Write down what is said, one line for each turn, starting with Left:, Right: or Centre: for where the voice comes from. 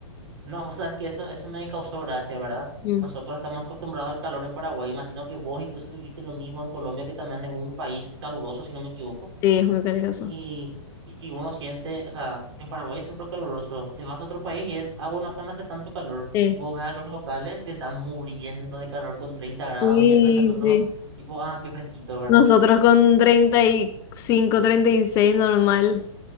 Right: No, <laughs> o sea, es que eso, eso me causó gracia, ¿verdad?
Left: Mm.
Right: Nosotros estamos acostumbrados al calor en Paraguay, imagino que vos incluso viviste lo mismo en Colombia, que también es un país caluroso, si no me equivoco.
Left: Sí, es muy caluroso.
Right: y, y y uno siente, o sea, en Paraguay es súper caluroso, te vas a otro país y es, ah, bueno, acá no hace tanto calor,
Left: Sí.
Right: y vos ves a los locales que están muriendo de calor con treinta grados
Left: Sí,
Right: y eso, y nosotros,
Left: sí.
Right: tipo, ah, qué fresquito, ¿verdad?
Left: Nosotros con treinta treinta y cinco treinta y seis normal,